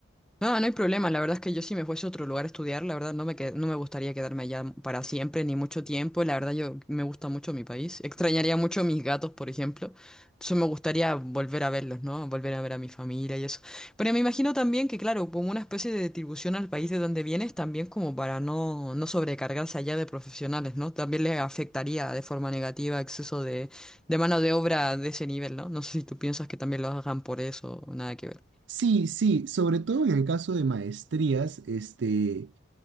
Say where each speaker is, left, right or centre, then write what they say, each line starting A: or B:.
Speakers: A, in the centre; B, on the right (about 60°).
A: No, no hay problema. La verdad es que yo si me fuese a otro lugar a estudiar, la verdad no me, qued- no me gustaría quedarme allá para siempre ni mucho tiempo. La verdad yo me gusta mucho mi país. Extrañaría mucho a mis gatos, por ejemplo. Entonces me gustaría volver a verlos, ¿no? Volver a ver a mi familia y eso. Pero me imagino también que, claro, como una especie de distribución al país de donde vienes, también como para no, no sobrecargarse allá de profesionales, ¿no? También le afectaría de forma negativa exceso de, de mano de obra de ese nivel, ¿no? No sé si tú piensas que también lo hagan por eso, nada que ver.
B: Sí, sí, sobre todo en el caso de maestrías, este...